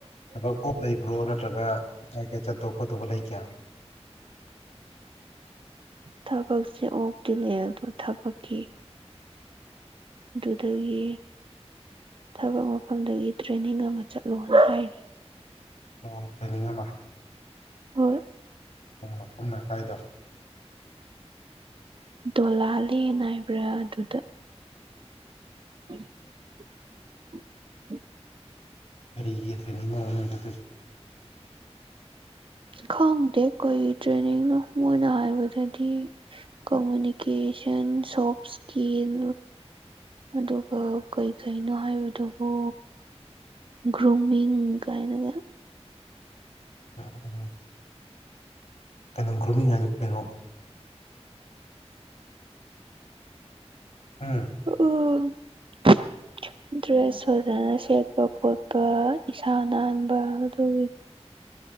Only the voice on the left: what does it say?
ꯊꯕꯛ ꯑꯣꯞ ꯂꯩꯕ ꯕ꯭ꯔꯣ ꯅꯠꯇ꯭ꯔꯒ ꯀꯥꯢ ꯀꯥꯢ ꯆꯠꯇꯧꯕ ꯈꯣꯠꯇꯧꯕ ꯂꯩꯒꯦ
ꯑꯣ ꯇꯔꯦꯅꯤꯡ ꯑꯃ
ꯇꯔꯦꯅꯤꯡ ꯃꯐꯝꯅ ꯀꯥꯢꯗ
ꯀꯔꯤꯒꯤ ꯇ꯭ꯔꯦꯅꯤꯡꯅꯣꯕ ꯅꯣꯏ ꯆꯠꯇꯨꯢꯁꯤꯅ
<unintelligible> ꯀꯩꯅꯣ ꯒ꯭ꯔꯨꯝꯃꯤꯡ ꯍꯥꯏꯗꯤ ꯀꯩꯅꯣ ꯍꯨꯝ <unintelligible>